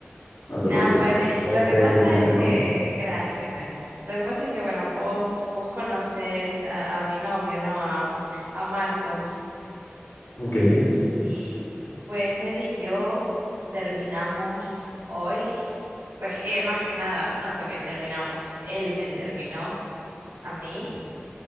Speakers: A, on the left; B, on the right.
A: no
B: Nada,
A: te preocupes.
B: pues
A: Sabes
B: lo que
A: que
B: pasa
A: cuentas
B: es que,
A: conmigo.
B: gracias, gracias. Lo que pasa es que, bueno, vos, vos conoces a, a mi novio, ¿no? A, a Marcos.
A: Ok.
B: Y pues él y yo terminamos hoy. Pues eh, más que nada, no fue que terminamos, él me terminó a mí.